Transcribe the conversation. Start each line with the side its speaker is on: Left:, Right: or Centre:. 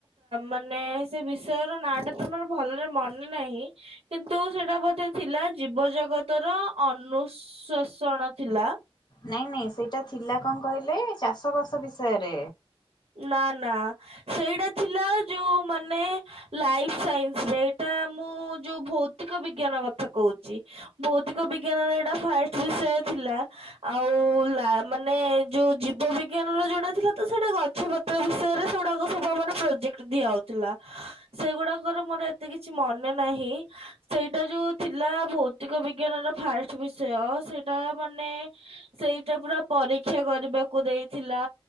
Right: ମାନେ, ସେ ବିଷୟର ନାଁ ଟା ତମର ଭଲରେ ମନେ ନାହିଁ, କିନ୍ତୁ ସେଟା ବୋଧେ ଥିଲା ଜୀବ ଜଗତ ର ଅନୁସ୍ୱଶୋଣ ଥିଲା।
Left: ନାଇଁ, ନାଇଁ, ସେଇଟା ଥିଲା କଣ କହିଲେ? ଚାଷବାସ ବିଷୟରେ
Right: ନା, ନା, ସେଇଟା ଥିଲା ଯୋଉ, ମାନେ, ଲାଇଫ ସାଇନ୍ସରେ। ଏଇଟା ମୁଁ ଯୋଉ ଭୌତିକ ବିଜ୍ଞାନ କଥା କହୁଛି, ଭୌତିକ ବିଜ୍ଞାନର ଏଇଟା ଫାଷ୍ଟ ବିଷୟ ଥିଲା। ଆଉ, ମାନେ, ଯୋଉ ଜୀବ ବିଜ୍ଞାନର ଯୋଉଟା ଥିଲା, ତ ସେଇଟା ଗ ପତ୍ର ବିଷୟରେ ସେଗୁଡ଼ାକ ସବୁ ମେ ପ୍ରୋଜେକ୍ଟ ଦିଆ ହଉଥିଲା, ସେଗୁଡାକର ମୋର ଏତେ କିଛି ମନେ ନାହିଁ। ସେଇଟା ଯୋଉ ଥିଲା ଭୌତିକ ବିଜ୍ଞାନର ଫାଷ୍ଟ ବିଷୟ, ସେଇଟା ମାନେ ସେଇଟା ପୁରା ପରୀକ୍ଷା କରିବାକୁ ଦେଇଥିଲା